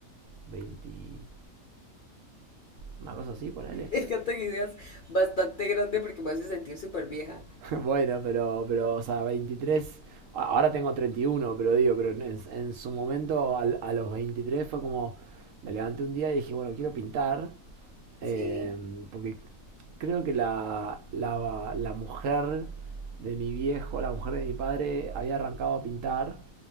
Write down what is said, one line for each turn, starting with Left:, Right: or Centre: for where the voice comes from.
Right: 23 una cosa así, ponele.
Left: Déjate que digas bastante grande porque me hace sentir súper vieja.
Right: <laughs> Bueno, pero, pero, o sea, 23. a- ahora tengo 31, pero digo, pero en, en- en su momento al- a, los 23 fue como, me levanté un día y dije, bueno, quiero pintar, eh,
Left: Sí.
Right: porque creo que la, la, la mujer de mi viejo, la mujer de mi padre, había arrancado a pintar,